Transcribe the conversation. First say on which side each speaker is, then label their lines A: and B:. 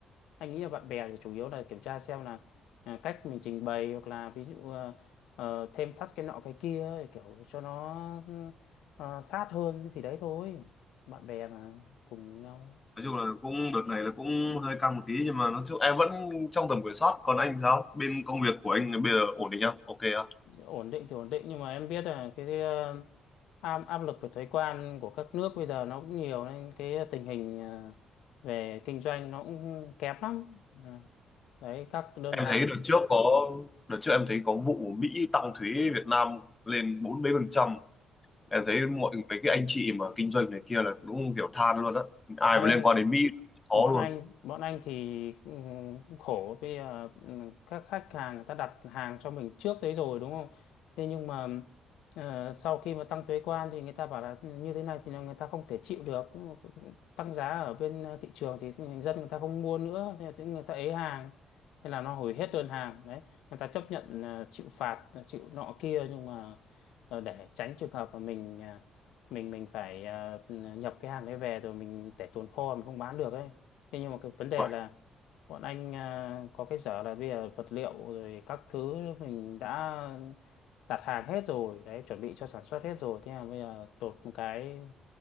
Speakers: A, on the left; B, on the left.
A: anh nghĩ là bạn bè thì chủ yếu là kiểm tra xem là à, cách mình trình bày hoặc là ví dụ ờ, ờ, thêm thắt cái nọ cái kia ấy, kiểu cho nó ờ, sát hơn cái gì đấy thôi bạn bè mà cùng nhau
B: nói chung là cũng đợt này là cũng hơi căng một tí nhưng mà nói chung em vẫn trong tầm kiểm soát còn anh sao bên công việc của anh bây giờ ổn định không ok không
A: ổn định thì ổn định nhưng mà em biết là cái ờ, áp áp lực về thuế quan của các nước bây giờ nó cũng nhiều nên cái tình hình ờ, về kinh doanh nó cũng kém lắm À, đấy các đơn
B: em
A: hàng
B: thấy đợt trước có đợt trước em thấy có vụ Mỹ tăng thuế Việt Nam lên bốn mấy phần trăm em thấy mọi mấy cái anh chị mà kinh doanh này kia là đúng kiểu than luôn á ai
A: đây
B: mà liên quan đến Mỹ khó
A: bọn
B: luôn
A: anh bọn anh thì ừ, cũng khổ bây giờ ừ, các khách hàng người ta đặt hàng cho mình trước đấy rồi đúng không thế nhưng mà ờ, sau khi mà tăng thuế quan thì người ta bảo là ừ, như thế này thì là người ta không thể chịu được Ừ, tăng giá ở bên ờ, thị trường thì dân người ta không mua nữa thế là tự người ta ế hàng thế là nó hủy hết đơn hàng đấy người ta chấp nhận ờ, chịu phạt ờ, chịu nọ kia nhưng mà ờ, để tránh trường hợp mà mình ờ, mình mình phải ờ, ừ, nhập cái hàng đấy về rồi mình để tồn kho mình không bán được ấy thế nhưng mà cái vấn đề
B: Uầy,
A: là bọn anh à, có cái dở là bây giờ vật liệu rồi các thứ mình đã đặt hàng hết rồi đấy chuẩn bị cho sản xuất hết rồi thế mà bây giờ đột một cái